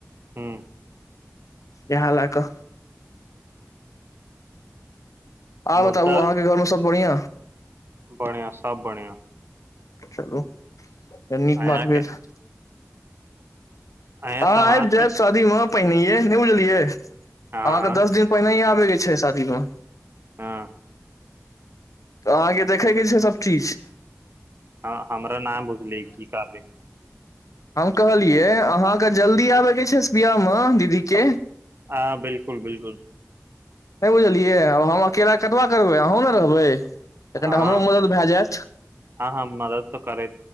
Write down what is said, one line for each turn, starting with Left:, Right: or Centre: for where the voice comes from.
Right: हूँ
Left: यह ल कऽ आ
Right: मुद्दा
Left: बताबु अहाँके घर में सब बढ़ियां
Right: बधिया सब बधिया
Left: चलू त नीक
Right: अहाँके
Left: बात भेलर
Right: अहाँ
Left: हँ
Right: समाजमे
Left: आब जायब शादी वह पहि नहिे नहि बुझलियै अहाँके
Right: हँ
Left: दस दिन पहिने ही आ उ जे छै शादीमे
Right: हँ
Left: तऽ अहाँके देखयके छै सभचीज
Right: हँ हमरा न बुझले की कहबै
Left: हम कहलियै अहाँके जल्दी आबयके छै बिआाहमे दीदीके
Right: हँ बिलकुल बिलकुल
Left: नहि बुझलियै आब हम अकेला कतब करबै अहँ ने <inaudible> कनिटा
Right: हँ
Left: हमरो मदद भए जायत
Right: हँ हँ मदद तऽ करे